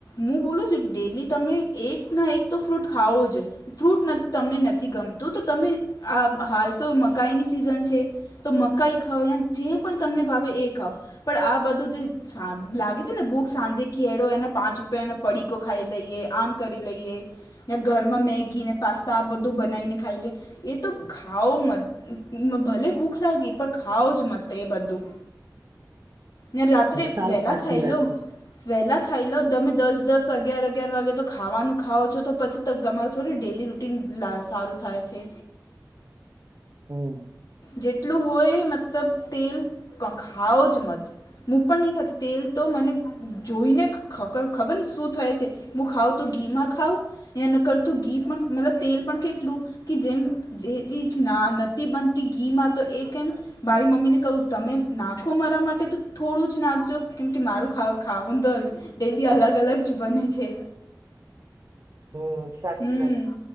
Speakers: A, on the left; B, on the right.
A: મું બોલું છું. ડેલી તમે એક ના એક તો ફ્રૂટ ખાવો જ. ફ્રૂટ નથ તમને નથી ગમતું તો તમે આ હાલ તો મકાઈની સિઝન છે. તો મકાઈ ખાઓ યા જે પણ તમને ભાવે એ ખાઓ. પણ આ બધું જે સાંજ લાગે છે ને ભૂખ સાંજે કે એળો એના પાંચ રૂપિયાનો પડીકો ખાઈ લઈએ આમ કરી લઈએ. ને ઘરમાં મેગી ને પાસ્તા આ બધું બનાવીને ખાઈ લે. એ તો ખાઓ મત ભલે ભૂખ લાગી પણ ખાઓ જ મત એ બધું. ને રાત્રે
B: સાવ
A: વેલા
B: સાચી
A: ખાઈ
B: વાત
A: લો
B: છે
A: વેલા ખાઈ લો તમે દસ-દસ અગિયાર-અગિયાર વાગે તો ખાવાનું ખાવ છો પછી તમારૂ થોડી ડેલી રૂટિન લા સારું થાય છે.
B: હમ્મ.
A: જેટલું હોય મતલબ તેલ ખાઓ જ મત. મું પણ નહીં ખાતી તેલ તો મને જોઈને ખખલ ખબર નઈ શું થાય છે. મું ખાવઉ તો ઘી માં ખાવ યા નકર તો ઘી પણ મતલબ તેલ પણ કે જેમ જે ચીજ ના નથી બનતી ઘી માં તો કેમ મારી મમ્મીને કહું તમે નાખો મારા માટે તો થોડું જ નાખજો કેમકે મારું ખાવું દલ ડેલી અલગ-અલગ જ બને છે.
B: હમ્મ સાચી
A: હમ
B: વાત છે.